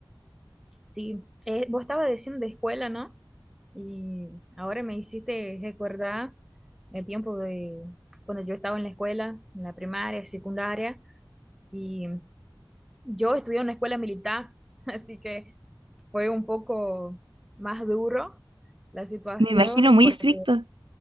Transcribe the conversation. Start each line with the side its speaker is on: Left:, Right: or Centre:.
Centre: Sí, eh, vos estabas diciendo de escuela, ¿no? Y ahora me hiciste recordar el tiempo de cuando yo estaba en la escuela, en la primaria, secundaria, y yo estudié en una escuela militar, <laughs> así que fue un poco más duro la situación
Right: Me imagino muy
Centre: porque
Right: estricto.